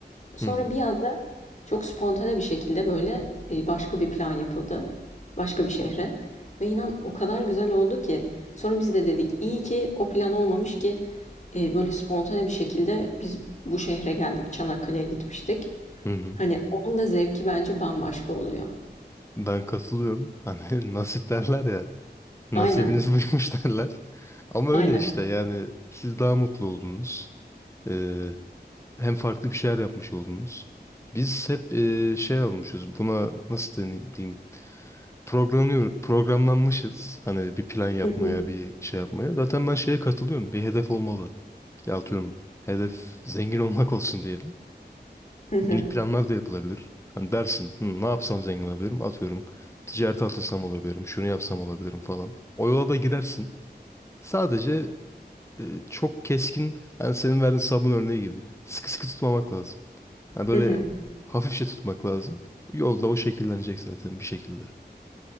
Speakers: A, on the left (about 45°); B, on the left (about 15°).
A: Sonra
B: Hı hı.
A: bir anda Çok spontane bir şekilde böyle e, başka bir plan yapıldı. Başka bir şehre. Ve inan o kadar güzel oldu ki. Sonra biz de dedik iyi ki o plan olmamış ki e, böyle spontane bir şekilde biz bu şehre geldik. Çanakkale'ye gitmiştik.
B: Hı hı.
A: Hani onun da zevki bence bambaşka oluyor.
B: Ben katılıyorum. Hani <laughs> nasip derler ya. Nasibiniz
A: Aynen,
B: buymuş <laughs> derler. Ama
A: aynen.
B: öyle işte yani siz daha mutlu oldunuz. Ee, hem farklı bir şeyler yapmış oldunuz. Biz hep e, şey almışız. Buna nasıl deneyim diyeyim. Programlıyor, programlanmışız. Hani bir plan yapmaya,
A: Hı hı,
B: bir şey yapmaya. Zaten ben şeye katılıyorum. Bir hedef olmalı. Ya atıyorum hedef zengin olmak olsun diyelim.
A: hı hı,
B: Minik planlar da yapılabilir. Hani dersin, Hı, ne yapsam zengin olabilirim? Atıyorum, ticarete atılsam olabilirim, şunu yapsam olabilirim falan. O yola da girersin. Sadece e, çok keskin, hani senin verdiğin sabun örneği gibi. Sıkı sıkı tutmamak lazım. Yani böyle
A: hı hı.
B: hafifçe tutmak lazım. Yolda o şekillenecek zaten bir şekilde.